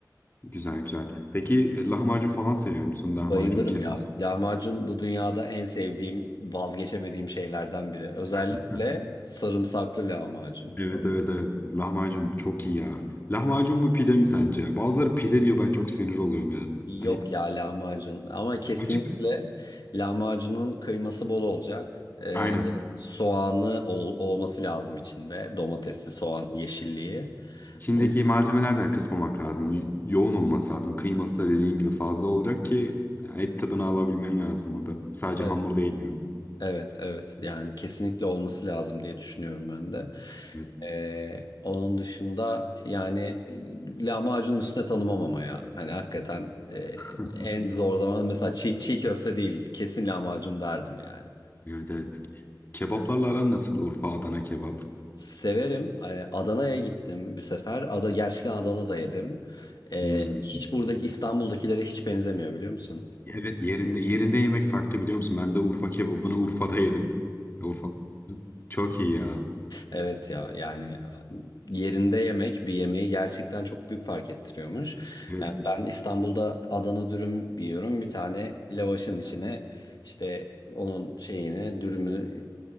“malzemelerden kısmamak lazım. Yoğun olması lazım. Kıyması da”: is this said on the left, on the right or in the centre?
Left